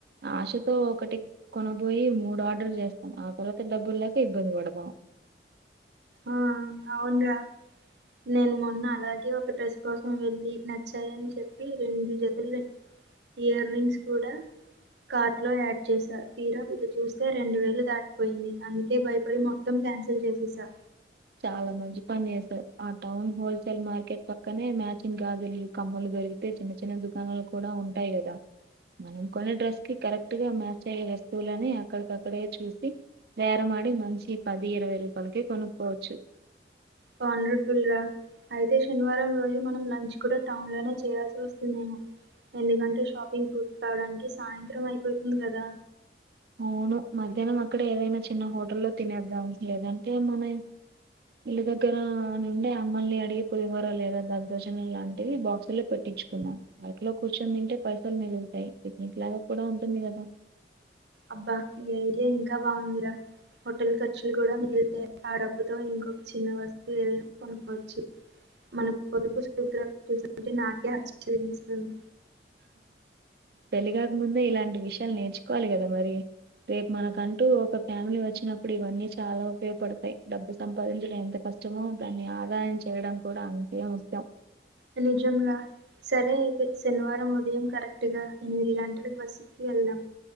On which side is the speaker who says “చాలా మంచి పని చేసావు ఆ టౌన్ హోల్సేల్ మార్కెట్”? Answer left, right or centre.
Right